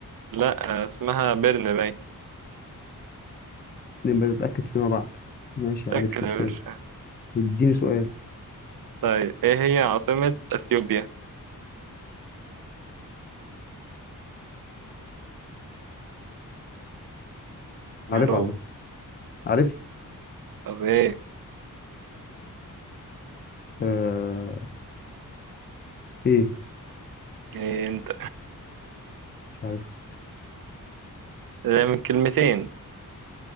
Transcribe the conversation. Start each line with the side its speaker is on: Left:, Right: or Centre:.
Right: لا لا، اسمها بيرن باين
Left: نبقى نتأكد فيما بعد ماشي
Right: متأكد
Left: عارف مش مشكلة
Right: يا باشا
Left: اديني سؤال
Right: طيب ايه هي عاصمة أثيوبيا يالو
Left: عارف على فكرة عارف
Right: طب ايه
Left: آه... ايه
Right: ايه انت
Left: مش عارف
Right: ده من كلمتين